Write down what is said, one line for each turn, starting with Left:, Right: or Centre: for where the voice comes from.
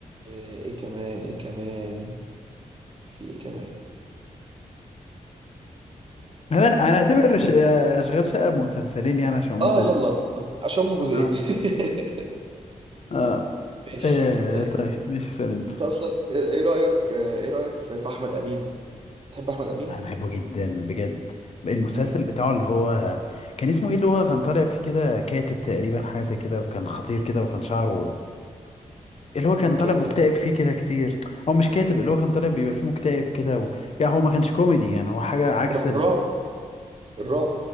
Right: آه، ايه كمان ايه كمان في ايه كمان
Left: انا انا اعتبر ش- آه، اشغال شقه مسلسلين يعني عشان امك
Right: اه
Left: بت-
Right: يلا عشان هما جزئين
Left: اه
Right: <laughs>
Left: اه
Right: ماشي
Left: آه،
Right: إيه،
Left: طيب ماشي سأل انت
Right: انت اصلا ايه إيه رايك آه، ايه رايك في في احمد امين تحب احمد امين
Left: انا بحبه جدا بجد المسلسل
Right: مم.
Left: بتاعه اللي هو كان اسمه ايه اللي هو كان طالع فيه كده كاتب تقريبا حاجه زي كده وكان خطير كده وكان شعره اللي هو كان طالع
Right: كاتب
Left: مكتئب فيه كده كتير هو مش كاتب اللي هو كان طالع بيبقى فيه مكتئب كده و... يعني هو ما كانش كوميدي يعني هو حاجه عكس
Right: الرعب
Left: ال...
Right: الرعب